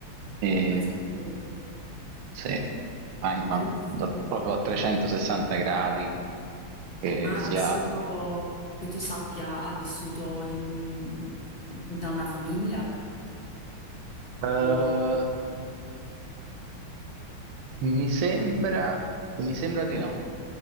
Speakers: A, on the right; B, on the left.
A: E,
B: ma ci credo.
A: sì, ma, ma
B: Bellissimo.
A: da- proprio a 360 gradi, che
B: Ma
A: sia...
B: ha vissuto, che tu sappia, ha vissuto in un- da una famiglia?
A: Eh,
B: O...
A: mi sembra, mi sembra di no,